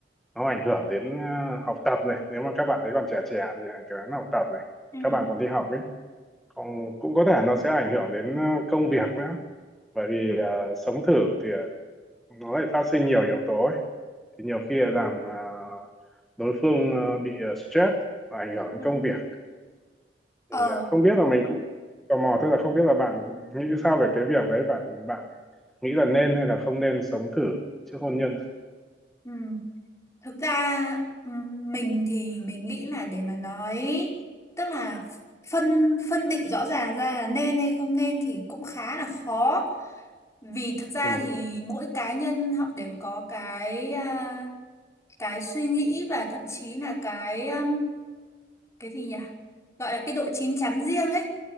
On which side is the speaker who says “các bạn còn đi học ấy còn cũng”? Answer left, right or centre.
Centre